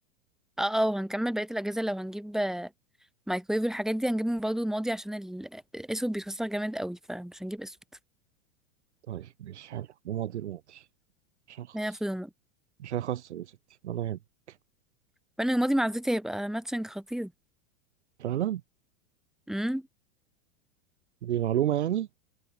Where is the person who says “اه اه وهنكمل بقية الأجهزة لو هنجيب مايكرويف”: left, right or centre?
Centre